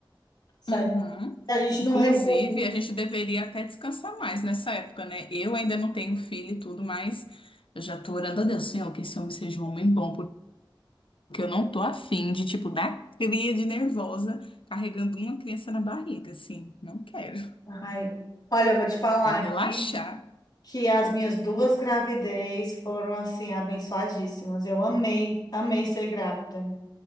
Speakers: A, on the left; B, on the left.
A: Se
B: Uhum.
A: a, se a gente não
B: Inclusive,
A: reproduz.
B: a gente deveria até descansar mais nessa época, né? Eu ainda não tenho filho e tudo, mas eu já tô orando a Deus, Senhor, que esse homem seja um homem bom, porque eu não tô afim de, tipo, dar cria de nervosa carregando uma criança na barriga, assim. Não quero.
A: Ai, olha, eu vou te falar
B: Quero
A: aqui
B: relaxar.
A: que as minhas duas gravidez foram, assim, abençoadíssimas. Eu amei, amei ser grávida.